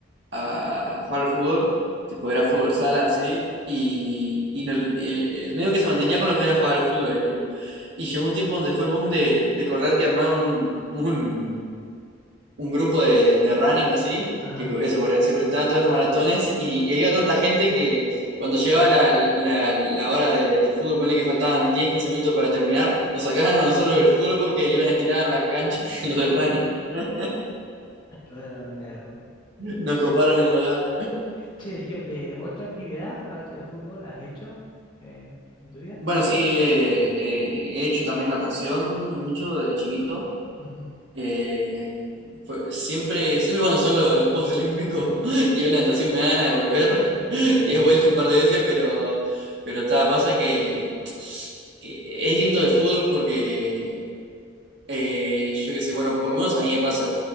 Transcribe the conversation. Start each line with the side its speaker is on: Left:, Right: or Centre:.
Right: a jugar al fútbol, tipo era fútbol sala, así, y, y no- el, el medio que se mantenía con los que iban a jugar al fútbol del club. Y llegó un tiempo donde fue el boom de, de correr que armaron un, un, un grupo de, de running así,
Left: Ajá,
Right: que co- eso, corría- se presentaban todas las maratones y, y había tanta gente que cuando llegaba la, la- la hora de- del fútbol, ponle que faltaban 10 15 minutos para terminar, nos sacaban a nosotros del fútbol porque iban estirados en la cancha <laughs> los del running. <laughs>
Left: claro, claro.
Right: Nos coparon el lugar.
Left: Che, yo, eh, ¿otra actividad aparte del fútbol has hecho eh, en tu vida?
Right: Bueno, sí, eh, eh, he hecho también natación mucho de chiquito.
Left: Ujú.
Right: Eh, fue- siempre, siempre cuando son lo- los, Juegos Olímpicos <laughs> y yo la natación me da ganas de volver <laughs>
Left: Ya,
Right: y he vuelto un par de veces, pero, pero ta, pasa que, que es distinto del fútbol porque eh, yo qué sé, bueno, por lo menos a mí me pasa